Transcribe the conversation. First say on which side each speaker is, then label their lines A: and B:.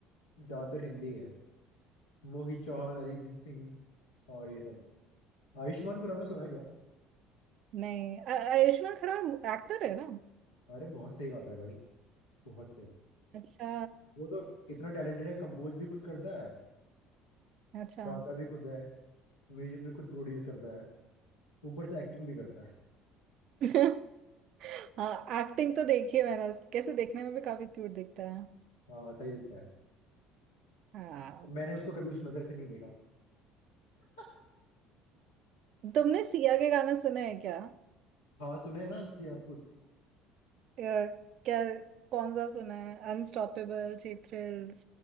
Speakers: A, on the left; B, on the right.
A: ज्यादातर हिंदी है मोहित चौहान अरिजीत सिंह और ये सब आयुष्मान खुराना सुना है क्या
B: नहीं अ- आयुष्मान खुराना एक्टर है ना
A: अरे बहुत सही गाता है भाई बहुत सही
B: अच्छा
A: वो तो इतना टैलेंटेड है कंपोज भी खुद करता है
B: अच्छा
A: गाता भी खुद है म्यूजिक भी खुद प्रोड्यूस करता है ऊपर से एक्टिंग भी करता है
B: <laughs> हाँ एक्टिंग तो देखी है मैंने उस कैसे देखने में भी काफी क्यूट दिखता है
A: हाँ सही दिखता है
B: हाँ
A: मैंने उसको कभी उस नजर से नहीं देखा <laughs>
B: तुमने सिया के गाने सुने हैं क्या
A: हाँ सुने है ना सियापुत
B: अ, क्या कौन सा सुना है अनस्टॉपेबल चीप थ्रिल्स